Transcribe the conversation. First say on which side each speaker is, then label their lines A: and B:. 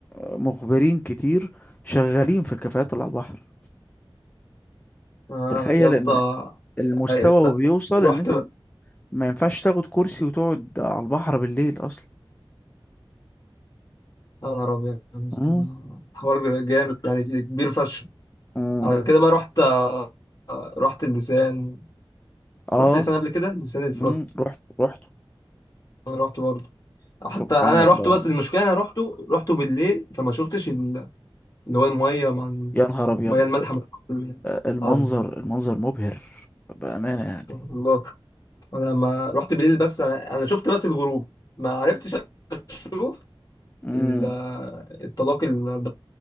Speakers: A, on the left; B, on the left.
A: مخبرين كتير شغالين في الكافيهات اللي على البحر
B: آه
A: تخيل
B: يا اسطى
A: ان المستوى
B: آه،
A: بيوصل
B: رحت
A: ان انت ما ينفعش تاخد كرسي وتقعد على البحر بالليل اصلا
B: يا نهار أبيض يا اسطى
A: امم
B: ده حوار جامد يعني كبير فشخ
A: امم
B: على كده بقى رحت آه، رحت اللسان رحت
A: اه
B: لسان قبل كده لسان الفرنسي
A: امم رحت رحت
B: أنا رحت برضه حتى
A: سبحان
B: أنا
A: الله
B: رحت بس
A: يعني
B: المشكلة أنا رحته رحته بالليل فما شفتش ال- اللي هو المية مع ال-
A: يا نهار ابيض
B: المية المالحة من
A: المنظر
B: العذبة
A: المنظر مبهر بأمانة يعني
B: والله أنا لما رحت بالليل بس أنا أنا شفت بس الغروب ما عرفتش أشوف
A: امم
B: ال- الطلاق انت